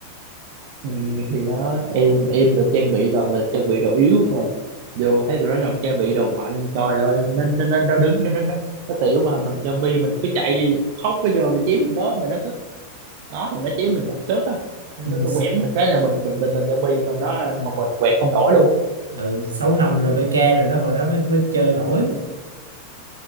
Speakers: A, on the right; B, on the right.
A: Ừ, thì đó em em được trang bị toàn là trang bị đồ yếu mà vô thấy tụi nó còn trang bị đồ mạnh trời ơi nên nên nên nó đứng nên nó, nó tiểu mà mình zombie mình cứ chạy khóc bây giờ mà chém nó, mà nó cứ nó thì nó chém mình còn sớt á nên
B: ừ.
A: nó, nó quẹt mình cái là mình mình mình mình zombie còn nó
B: À,
A: còn mình quẹt không nổi luôn
B: ừ. Sáu nòng rồi PK rồi đó hồi đó mới mới chơi nổi